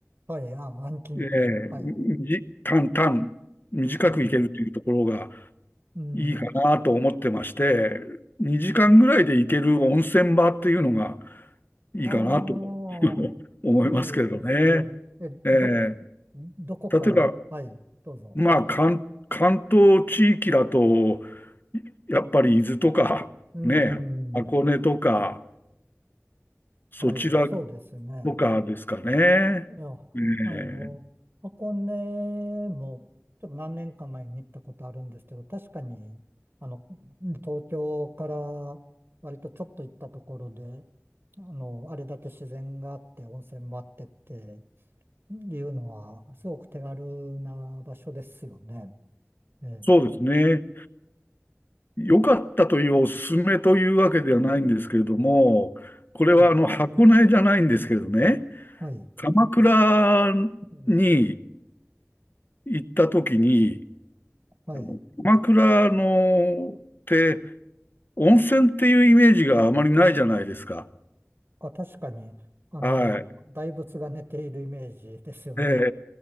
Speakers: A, on the right (about 50°); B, on the left (about 45°).
A: はい、あ、アンキントン、
B: えー、
A: はい。
B: み短、短、短くいけるというところが
A: うん。うん。
B: いいかなと思ってまして、2時間ぐらいで行ける温泉場っていうのがいいかなと
A: ああ、
B: <laughs> 思いますけれどね。
A: いいですね。え、
B: え
A: ど、
B: ー
A: どこから、
B: 例えば、
A: はい、どうぞ。
B: まあ、関、関東地域だと、やっぱり伊豆とか、
A: うーん、
B: ね、箱根とか、そちら
A: はい、そうですね。
B: とかですかね。
A: いや、
B: ええ
A: あの、箱根も、ちょっと何年か前に行ったことあるんですけど、確かに、あの、東京から割とちょっと行ったところで、あの、あれだけ自然があって、温泉もあってっていうのは、すごく手軽な場所ですよね。ええ
B: そうですね。良かったというおすすめというわけではないんですけれども、これはあの箱根じゃないんですけどね、
A: はいはい。
B: 鎌倉
A: うん、
B: に行った時に、
A: はい。
B: あの鎌倉のって温泉っていうイメージがあまりないじゃないですか。
A: あ、確かに、あの、
B: はい。
A: 大仏が寝ているイメージですよね。
B: ええええ